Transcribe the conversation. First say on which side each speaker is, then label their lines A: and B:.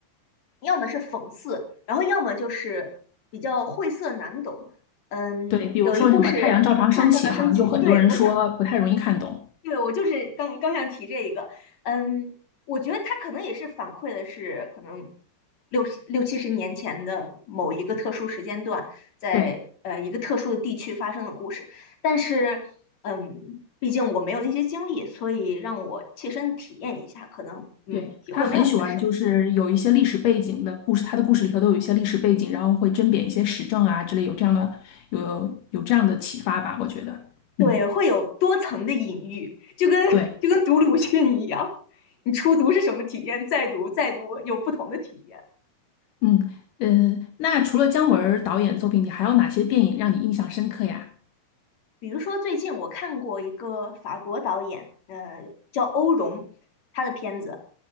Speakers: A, on the left (about 40°); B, on the left (about 60°).
A: 要么是讽刺，然后要么就是比较晦涩难懂。嗯，
B: 对，比如说什么《太阳照常升起》，
A: 有一部是《看照常升起》，
B: 好像就很多人说不太容易看懂。
A: 对，我想对，我就是刚刚想提这一个，嗯，我觉得他可能也是反馈的是可能六十六七十年前的某一个特殊时间段，在呃一个特殊的地区发生的故事，
B: 对，
A: 但是嗯，毕竟我没有那些经历，所以让我切身体验一下，可能嗯体会没有那么深刻，
B: 对，他很喜欢，就是有一些历史背景的故事，他的故事里头都有一些历史背景，然后会甄别一些时政啊之类，有这样的有有这样的启发吧，我觉得。
A: 对，
B: 嗯，
A: 会有多层的隐喻，就跟 <laughs>
B: 对，
A: 就跟读鲁迅一样，你初读是什么体验，再读再读有不同的体验。
B: 嗯嗯，那除了姜文儿导演作品，你还有哪些电影让你印象深刻呀？
A: 比如说，最近我看过一个法国导演，呃，叫欧容，他的片子。